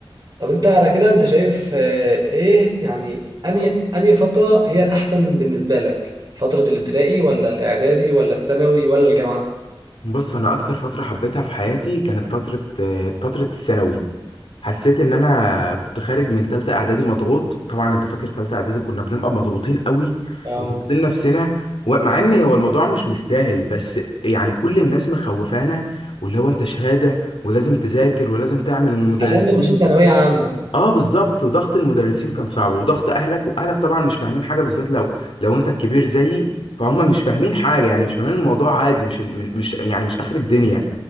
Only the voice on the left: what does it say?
بص انا اكتر فتره حبيتها في حياتي كانت فتره آه، فتره الثانوي حسيت ان انا كنت خارج من تالتة اعدادي مضغوط وطبعا انت فاكر تالتة اعدادي كنا بنبقى مضغوطين قوي
وضاغطين نفسنا ومع ان هو الموضوع مش مستاهل بس يعني كل الناس مخوفانا واللي هو انت شهاده ولازم تذاكر ولازم تعمل والمدرسين
اه بالظبط ضغط المدرسين كان صعب وضغط اهلك واهلك طبعا مش فاهمين حاجه بالذات لو لو انت الكبير زيي فهم مش فاهمين حاجه يعني مش فاهمين الموضوع عادي مش مش يعني مش اخر الدنيا